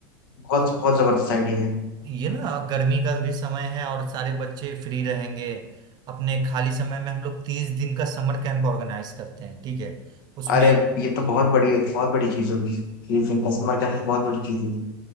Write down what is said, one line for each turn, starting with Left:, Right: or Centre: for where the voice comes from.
Left: बहुत
Right: अब
Left: बहुत जबरदस्त आइडिया है
Right: ये ना गर्मी का भी समय है और सारे बच्चे फ्री रहेंगे अपने खाली समय में हम लोग तीस दिन का समर कैंप ऑर्गेनाइज करते हैं ठीक है उसमें
Left: अरे ये तो बहुत बड़ी बहुत बड़ी चीज होगी ये जिनका समर कैंप बहुत बड़ी चीज है